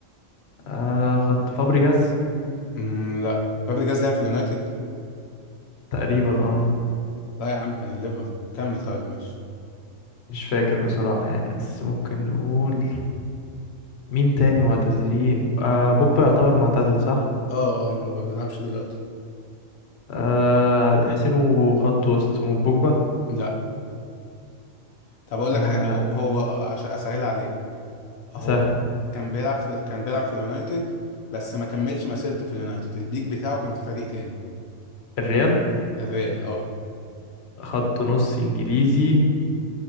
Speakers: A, on the left; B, on the left.
A: آه خط فابريجاز
B: مم لا فابريجاز لعب في اليونايتد
A: تقريبا اه
B: لا يا عم كان الليفر كمل طيب ماشي
A: مش فاكر بصراحة يعني بس ممكن نقول مين تاني معتزلين آه بوجبا يعتبر معتزل صح؟
B: اه اه هو ما بيلعبش دلوقتي
A: آه احسبه خط وسط بوجبا
B: لا طب اقول
A: آه
B: لك حاجه هو هو- آه، عشان اسهل عليك هو
A: سهل
B: كان بيلعب في كان بيلعب في اليونايتد بس ما كملش مسيرته في اليونايتد البيك بتاعه كان في فريق تاني
A: الريال
B: الريال اه
A: خط نص انجليزي